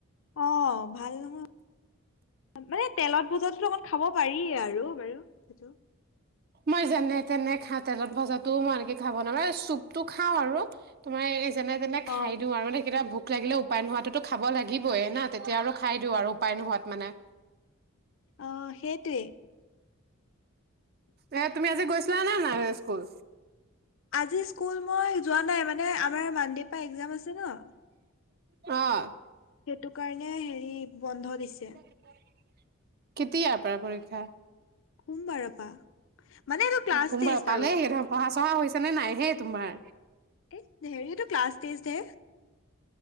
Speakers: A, on the left; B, on the right.
A: অ ভাল নহয় মানে তেলত ভোজাতো অকণ খাব পাৰি আৰু বাৰু সেইটো
B: মই যেনে তেনে খা তেলত ভজাতো মই এনেকে খাব নোৱাৰে চুপতটো খাওঁ আৰু তোমাৰ এই যেনে তেনে খাই
A: অ'।
B: দিওঁ আৰু কেতিয়াবা ভোক লাগিলে উপায় নোহোৱাতো খাব লাগিবই না তেতিয়া আৰু খাই দিওঁ আৰু উপায় নোহোৱাত মানে
A: অ সেইটোৱেই
B: এ তুমি আজি গৈছিলা নে নাই স্কুল?
A: আজি স্কুল মই যোৱা নাই মানে আমাৰ মানডে পৰা এক্জাম আছে ন
B: অঁ,
A: সেইটো কাৰণে হেৰি বন্ধ দিছে।
B: কেতিয়াৰ পৰা পৰীক্ষা
A: সোমবাৰৰপা মানে এইটো ক্লাছ
B: সোমবাৰ
A: টেষ্ট
B: পালেহি
A: আৰু
B: দেখোন পঢ়া চহা হৈছে নে নাই হে তোমাৰ?
A: এ হেৰিটো ক্লাছ টেষ্ট হে